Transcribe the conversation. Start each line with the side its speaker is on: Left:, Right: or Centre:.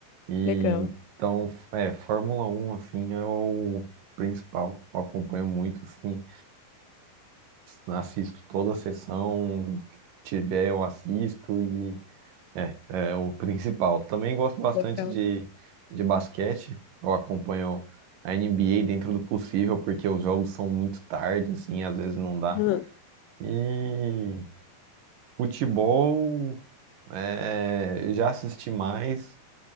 Right: E
Left: legal,
Right: então, é, Fórmula Um assim é o principal. Eu acompanho muito assim, assisto toda a sessão que tiver eu assisto e é o principal. Também gosto bastante
Left: legal.
Right: de, de basquete. Eu acompanho a NBA dentro do possível, porque os jogos são muito tarde, assim, às vezes não dá.
Left: Hum,
Right: E Futebol, é, já assisti mais,